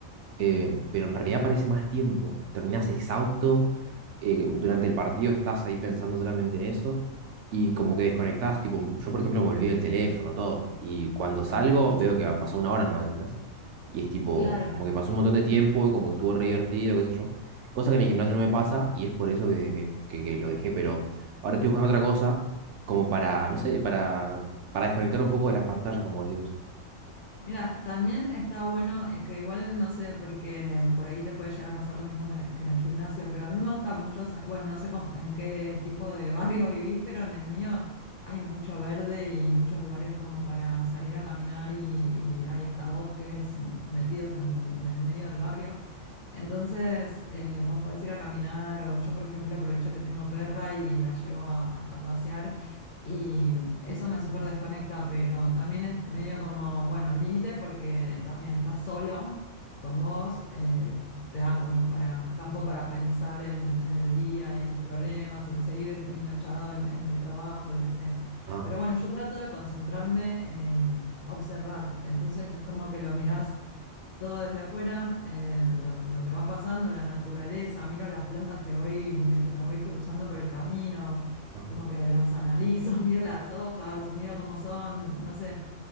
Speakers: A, on the right (about 65°); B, on the left (about 55°).
A: eh,
B: Sí,
A: pero en realidad parece más tiempo. Terminás exhausto, eh, durante el partido estás ahí pensando solamente en eso y como que desconectás, tipo, yo por ejemplo me olvidé el teléfono, todo, y cuando salgo veo que ha pasado una hora nomás, ¿entendés? Y es tipo,
B: claro.
A: como que pasó un montón de tiempo, como que estuvo re divertido, qué sé yo, cosa que en el gimnasio no me pasa y es por eso que, que, que- que lo dejé, pero ahora estoy buscando otra cosa como para, no sé, para, para desconectar un poco de las pantallas, como decís vos.
B: Mira, también está bueno, eh, que igual no sé, porque por ahí te puede llegar a pasar lo mismo que, que en el gimnasio, pero a mí me gusta mucho, sa- bueno, no sé cómo- en qué tipo de barrio <laughs> vivís, pero en el mío hay mucho verde y muchos lugares como para salir a caminar y, y hay hasta bosques metidos en, en el medio del barrio. Entonces, eh, vos podés ir a caminar o yo, por ejemplo, aprovecho que tengo perra y la llevo a, a pasear y eso me súper desconecta, pero también es medio como, bueno, límite porque también estás solo con vos, eh, te da como para campo para pensar en, en el día y en tus problemas, en seguir en- enganchado en, en el trabajo, lo que sea.
A: Ajá,
B: Pero bueno, yo trato de concentrarme en observar, entonces es como que lo mirás todo desde afuera, eh, lo, lo que va pasando, la naturaleza, miro las plantas que voy, me- que me voy cruzando por el camino,
A: ajá.
B: como que las analizo, <laughs> miro las hojas, miro cómo son, no sé.